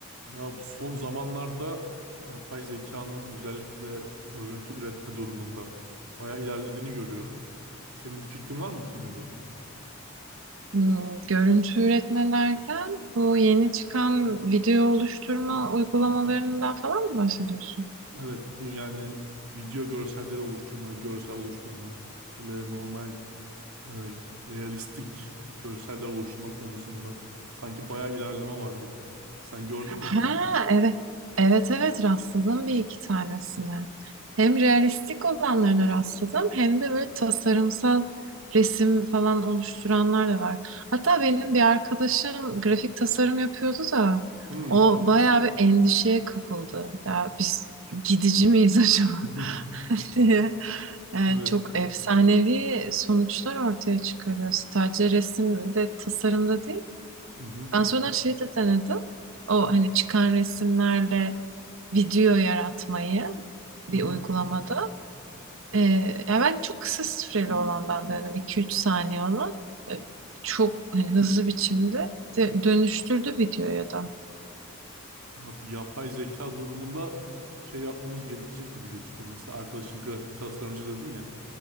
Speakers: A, on the right (about 80°); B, on the right (about 65°).
A: Ya bu son zamanlarda yapay zekanın özellikle görüntü üretme durumunda bayağı ilerlediğini görüyorum. Senin bir fikrin var mı bu konuyla ilgili?
B: Hmm, görüntü üretme derken bu yeni çıkan video oluşturma uygulamalarından falan mı bahsediyorsun?
A: Evet bu yani video görselleri oluşturma, görsel oluşturma, böyle normal e, realistik görseller oluşturma konusunda sanki bayağı ilerleme var gibi. Sen gördün
B: Ha
A: mü?
B: evet. Evet evet rastladım bir iki tanesine. Hem realistik olanlarına rastladım hem de böyle tasarımsal resim falan oluşturanlar da var. Hatta benim bir arkadaşım grafik tasarım yapıyordu da
A: Hmm.
B: o bayağı bir endişeye kapıldı. Ya biz gidici miyiz <laughs> acaba?
A: <laughs>
B: <laughs> diye yani
A: Evet.
B: çok efsanevi sonuçlar ortaya çıkarıyor. Sadece resimde, tasarımda değil.
A: Hı hı.
B: Ben sonradan şeyi de denedim. O hani çıkan resimlerle video yaratmayı bir
A: Hı hı.
B: uygulamada. Ee, ya ben çok kısa süreli olandan denedim. iki üç saniye olan. Ee, çok hani hızlı biçimde de- dönüştürdü videoya da.
A: Ya bu yapay zeka durumunda şey yapmamız gerekecek gibi gözüküyor. Mesela arkadaşın grafik tasarımcı dedin ya.